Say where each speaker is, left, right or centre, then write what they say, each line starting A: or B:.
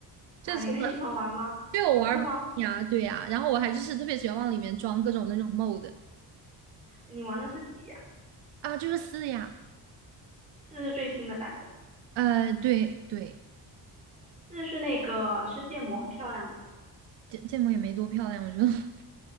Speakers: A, on the right; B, on the right.
A: 啊，
B: 这是
A: 你很喜欢玩吗？
B: 为我玩不腻啊，
A: 真的吗？
B: 对呀、然后我还就是特别喜欢往里面装各种那种 mod
A: 你玩的是几呀、
B: 啊，就是撕的呀，
A: 四是最新的版本，
B: 呃，对对，
A: 四是那个是建模很漂亮那个吗？
B: 建建模也没多漂亮，我觉得 <laughs> 它